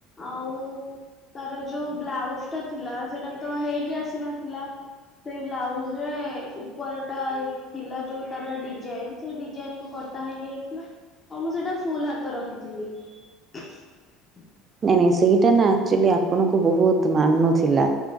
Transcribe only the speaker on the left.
ଆଉ ତାର ଯୋଉ ବ୍ଲାଉଜ ଟା ଥିଲା ସେଇଟା ତ ହେଇକି ଆସିନଥିଲା। ସେଇ ବ୍ଲାଉଜ ରେ ଉପର ଟା ଥିଲା ଯୋଉ ତାର ଡିଜାଇନ ସେଇ ଡିଜାଇନ କୁ କଟି ତା ହେଇକ ଯାଇଥିଲା। ଆଉ ମୁଁ ସେଇଟା ଫୁଲ ହାତ ରଖିଥିଲି। <inaudible>